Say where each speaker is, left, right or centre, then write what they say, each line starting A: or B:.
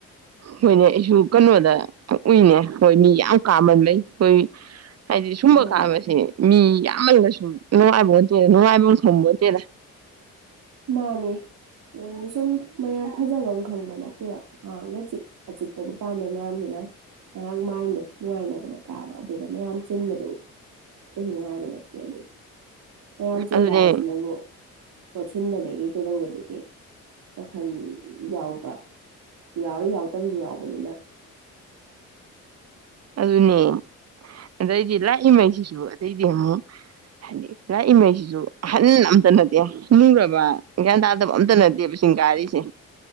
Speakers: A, on the right; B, on the right.
A: ꯍꯣꯏꯅꯦ ꯑꯩꯁꯨ ꯀꯩꯅꯣꯗ ꯎꯨꯏꯅꯦ ꯍꯣꯏ ꯃꯤ ꯌꯥꯝ ꯀꯥꯃꯟ ꯂꯩ ꯑꯩꯈꯣꯏ ꯍꯥꯏꯗꯤ ꯁꯨꯝꯕ
B: ꯍꯣꯏ
A: ꯀꯥꯟꯁꯦ ꯃꯤ ꯌꯥꯝ ꯑꯃꯟꯗ ꯁꯨꯝ ꯅꯨꯡꯉꯥꯏꯕꯠꯇꯦꯗ ꯅꯨꯡꯉꯥꯏꯕ ꯊꯕꯣꯠꯇꯦꯗ
B: ꯃꯥꯅꯦ ꯁꯨꯝ ꯃꯌꯥꯝ ꯐꯖꯕ ꯑꯃ ꯈꯪꯕ ꯅꯠꯇꯦꯕ ꯃꯍꯥꯛꯍꯥꯛꯅꯆꯤ ꯑꯆꯤꯠꯄꯗꯨ ꯄꯥꯝꯕꯩ ꯃꯌꯥꯝꯁꯤꯅ ꯉꯥꯏꯍꯥꯛ ꯃꯥꯏꯟꯗꯣ ꯅꯨꯡꯉꯥꯏꯗꯅ ꯀꯥꯕ ꯑꯗꯨꯗ ꯃꯌꯥꯝ ꯆꯤꯟꯕꯗꯨ ꯀꯩꯒꯤꯅꯣ ꯍꯥꯏ ꯂꯩꯦ ꯃꯌꯥꯝ ꯆꯤꯟꯕ
A: ꯑꯗꯨꯅꯦ
B: ꯍꯥꯏꯁꯤꯅꯕꯨ ꯄ ꯁꯤꯤꯟꯕꯗꯒꯤ ꯀꯩꯗꯧꯕꯗꯒꯤꯦ ꯋꯥꯈꯜ ꯌꯥꯎꯕ ꯁꯨ ꯌꯥꯎꯔꯤ ꯌꯥꯎꯛꯇꯕꯁꯨ ꯌꯥꯎꯕꯅꯤꯅ
A: ꯑꯗꯨꯅꯦ ꯑꯗꯩꯗꯤ ꯂꯥꯛꯏꯉꯩꯁꯤꯁꯨ ꯑꯇꯩꯗꯤ ꯑꯃꯨꯛ ꯍꯥꯏꯗꯤ ꯂꯥꯛꯏꯉꯩꯁꯤꯁꯨ ꯑꯍꯟ ꯑꯝꯇ ꯅꯠꯇꯦ ꯂꯨꯔꯕ ꯒ꯭ꯌꯥꯟ ꯇꯥꯗꯕ ꯑꯝꯇ ꯅꯠꯇꯦꯕ ꯆꯁꯤꯡ ꯀꯥꯔꯤꯁꯦ